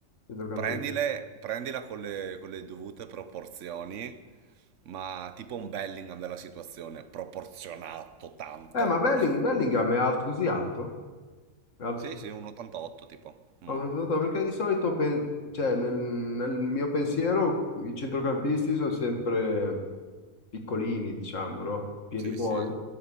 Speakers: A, on the left; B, on the right.
A: Centrocampista.
B: Prendile- prendila con le, con le dovute proporzioni, ma tipo un Bellingham della situazione, proporzionato tanto.
A: Eh, ma Belling-
B: <laughs>
A: Bellingham è alto così alto? È alto,
B: Sì, sì, un 88 tipo.
A: ha
B: Mm.
A: un risultato- perché di solito, pe- cioè, nel, nel mio pensiero, i centrocampisti sono sempre piccolini, diciamo, no? Piedi
B: Sì,
A: buoni.
B: sì.